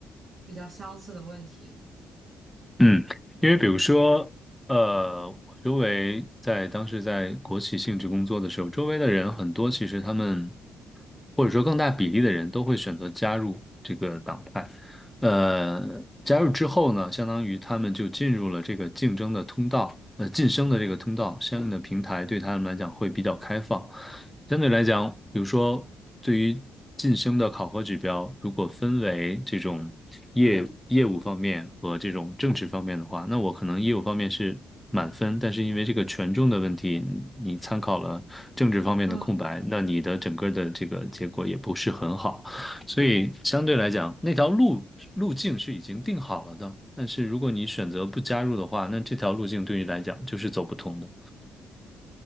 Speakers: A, on the right; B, in the centre.
A: 比较相似的问题。
B: 嗯，因为比如说，呃，我周围在当时在国企性质工作的时候，周围的人很多，其实他们或者说更大比例的人都会选择加入这个党派。呃，加入之后呢，相当于他们就进入了这个竞争的通道，呃，晋升的这个通道，相应的平台对他们来讲会比较开放。相对来讲，比如说对于晋升的考核指标，如果分为这种业业务方面和这种政治方面的话，那我可能业务方面是满分，但是因为这个权重的问题，你你参考了政治方面的空白，
A: 嗯，
B: 那你的整个的这个结果也不是很好。所以相对来讲，那条路路径是已经定好了的。但是如果你选择不加入的话，那这条路径对你来讲就是走不通的。